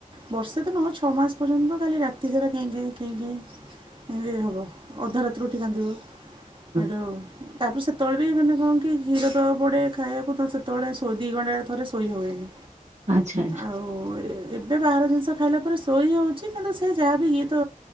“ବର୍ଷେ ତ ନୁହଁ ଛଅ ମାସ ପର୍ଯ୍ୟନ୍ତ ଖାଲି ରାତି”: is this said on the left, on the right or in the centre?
Right